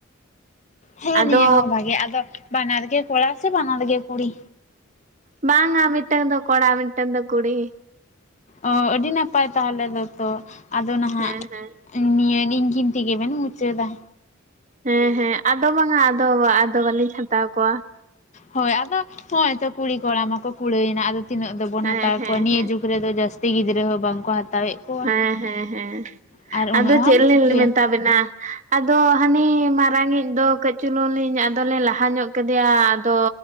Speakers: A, on the left; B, on the right.
A: ᱦᱮᱸ
B: ᱟᱫᱚ
A: ᱱᱤᱭᱟᱹ ᱦᱚᱸ ᱵᱷᱟᱜᱤ ᱟᱫᱚ ᱵᱟᱱᱟᱨᱜᱮ ᱠᱚᱲᱟ ᱥᱮ ᱵᱟᱱᱟᱨᱜᱮ ᱠᱩᱲᱤ?
B: ᱵᱟᱝᱟ ᱢᱤᱫᱴᱟᱝ ᱫᱚ ᱠᱚᱲᱟ ᱢᱤᱫᱴᱟᱝ ᱫᱚ ᱠᱩᱲᱤ᱾
A: ᱚ ᱟᱹᱰᱤ ᱱᱟᱯᱟᱭ ᱛᱟᱦᱚᱞᱮ ᱫᱚᱛᱚ ᱟᱫᱚ ᱱᱟᱦᱟᱜ
B: ᱦᱮᱸ ᱦᱮᱸ
A: ᱱᱤᱭᱟᱹ ᱱᱤᱝᱠᱤᱱ ᱛᱮᱜᱮᱵᱮᱱ ᱢᱩᱪᱟᱹᱫ ᱫᱟ᱾
B: ᱦᱮᱸ ᱦᱮᱸ ᱟᱫᱚ ᱵᱟᱝᱟ ᱟᱫᱚ ᱟᱫᱚ ᱵᱟᱹᱞᱤᱧ ᱦᱟᱛᱟᱣ ᱠᱚᱣᱟ᱾
A: ᱦᱳᱭ ᱟᱫᱚ ᱦᱚᱜᱼᱚᱭ ᱛᱚ ᱠᱩᱲᱤ ᱠᱚᱲᱟ ᱢᱟᱠᱚ ᱠᱩᱲᱟᱹᱭᱮᱱᱟ ᱟᱫᱚ ᱛᱤᱱᱟᱹᱜ ᱫᱚᱵᱚᱱ
B: ᱦᱮᱸ
A: ᱦᱟᱛᱟᱣ
B: ᱦᱮᱸ
A: ᱠᱚᱣᱟ ᱱᱤᱭᱟᱹᱡᱩᱜ
B: ᱦᱮᱸ
A: ᱨᱮᱫᱚ ᱡᱟᱹᱥᱛᱤ ᱜᱤᱫᱽᱨᱟᱹ ᱦᱚᱸ ᱵᱟᱝᱠᱚ ᱦᱟᱛᱟᱣᱮᱫ ᱠᱚᱣᱟ
B: ᱦᱮᱸ ᱦᱮᱸ ᱦᱮᱸ
A: ᱟᱨ ᱩᱱᱟᱹᱜ
B: ᱟᱫᱚ
A: ᱦᱚᱢ
B: ᱪᱮᱫ
A: ᱪᱤᱠᱟᱹᱭᱟ
B: ᱞᱮᱧ ᱢᱮᱛᱟ ᱵᱮᱱᱟ ᱟᱫᱚ ᱦᱟᱱᱤ ᱢᱟᱨᱟᱝᱤᱡ ᱫᱚ ᱠᱟᱹᱡ ᱪᱩᱞᱩᱝ ᱞᱤᱧ ᱟᱫᱚᱞᱤᱧ ᱞᱟᱦᱟ ᱧᱚᱜ ᱠᱮᱫᱮᱭᱟ ᱟᱫᱚ